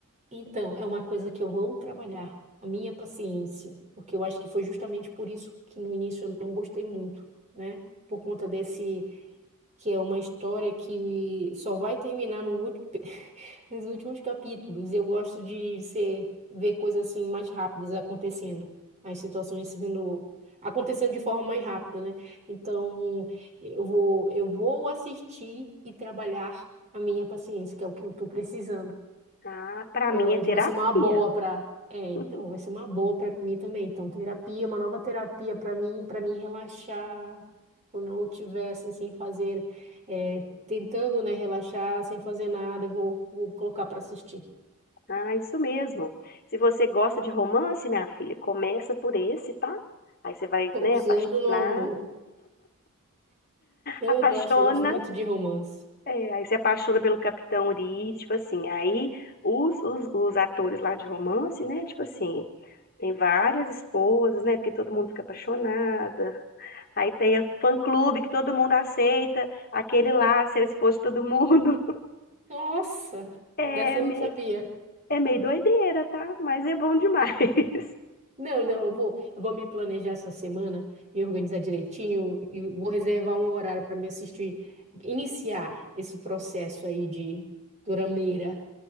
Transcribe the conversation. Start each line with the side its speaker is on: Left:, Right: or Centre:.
Right: Então, é uma coisa que eu vou trabalhar, a minha paciência, porque eu acho que foi justamente por isso que no início eu não gostei muito, né? Por conta desse, que é uma história que só vai terminar no ulti- nos últimos capítulos. Eu gosto de ser, ver coisas assim mais rápidas acontecendo, as situações sendo acontecendo de forma mais rápida, né? Então, eu vou, eu vou assistir e trabalhar a minha paciência, que é o que eu estou precisando.
Left: Ah, para
Right: É,
Left: mim
Right: hoje
Left: é terapia.
Right: vai ser uma boa para. É, então,
Left: <laughs>
Right: vai ser uma boa para mim também. Então, terapia, uma nova terapia para mim, para mim relaxar quando eu estiver assim, sem fazer, é, tentando, né, relaxar, sem fazer nada, eu vou, vou colocar para assistir.
Left: Ah, isso mesmo. Se você gosta de romance, minha filha, começa por esse, tá? Aí você vai,
Right: Pousando
Left: né, apaixonar,
Right: no amor. Então,
Left: apaixona,
Right: eu gosto, eu gosto muito de romance.
Left: é, aí você apaixona pelo Capitão Uri, tipo assim, aí os, os, os atores lá de romance, né, tipo assim, tem várias esposas, né, porque todo mundo fica apaixonada, Aí tem a fã-clube que todo mundo aceita, aquele lá, seu esposo de todo mundo. <laughs>
Right: Nossa,
Left: É,
Right: dessa eu
Left: me-
Right: não sabia.
Left: é meio doideira, tá? Mas é bom demais. <laughs>
Right: Não, não, eu vou, eu vou me planejar essa semana me organizar direitinho e vou reservar um horário para me assistir, iniciar esse processo aí de durameira,